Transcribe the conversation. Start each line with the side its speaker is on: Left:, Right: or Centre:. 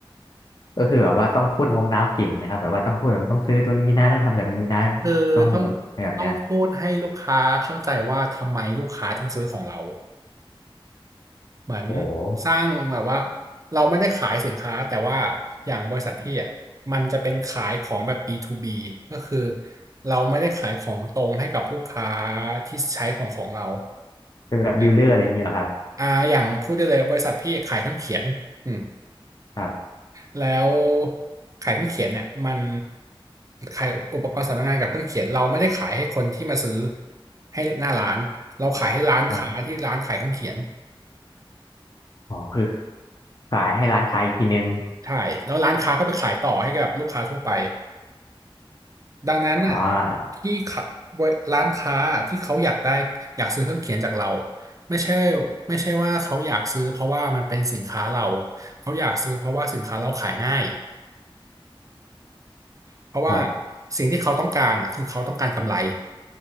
Left: ก็คือแบบว่าต้องพูดโน้มน้าวเก่งนะครับแบบว่าต้องพูดแบบต้องซื้อตัวนี้นะต้องทำแบบนี้นะ
Right: คือต้อง
Left: ต้องอะไรแบบเนี้ย
Right: ต้องพูดให้ลูกค้าเข้าใจว่าทำไมลูกค้าถึงซื้อของเราเหมือน
Left: โอ้โห
Right: สร้างแบบว่าเราไม่ได้ขายสินค้าแต่ว่าอย่างบริษัทพี่อ่ะมันจะเป็นขายของแบบ B2B ก็คือเราไม่ได้ขายของตรงให้กับลูกค้าที่ใช้ของของเรา
Left: เป็นแบบดีลเลอร์อะไรอย่างนี้เหรอครับ
Right: อย่างอ่าอย่างพูดได้เลยบริษัทพี่ขายเครื่องเขียนอืม
Left: ครับ
Right: แล้วขายเครื่องเขียนเนี่ยมันขายอุปกรณ์สำนักงานกับเครื่องเขียนเราไม่ได้ขายให้คนที่มาซื้อให้หน้าร้านเราขายให้ร้านค้าที่ร้านขายเครื่องเขียน
Left: ครับอ๋อคือขายให้ร้านค้าอีกทีนึง
Right: ใช่แล้วร้านค้าก็ไปขายต่อให้กับลูกค้าทั่วไปดังนั้นน่ะ
Left: อ๋อ
Right: ที่ขะบรร้านค้าที่เขาอยากได้อยากซื้อเครื่องเขียนจากเราอะไม่ใช่ไม่ใช่ว่าเขาอยากซื้อเพราะว่ามันเป็นสินค้าเราเขาอยากซื้อเพราะว่าสินค้าเราขายง่ายเพราะว่า
Left: ครับ
Right: สิ่งที่เขาต้องการน่ะคือเขาต้องการกำไร